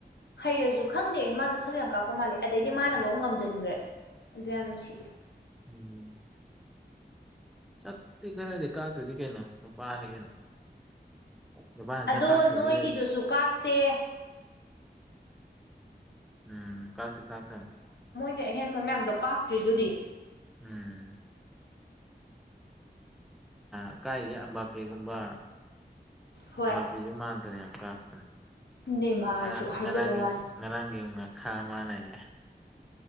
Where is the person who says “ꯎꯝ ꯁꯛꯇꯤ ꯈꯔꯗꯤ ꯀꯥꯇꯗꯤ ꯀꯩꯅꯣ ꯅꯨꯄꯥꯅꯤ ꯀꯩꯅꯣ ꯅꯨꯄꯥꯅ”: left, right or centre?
Centre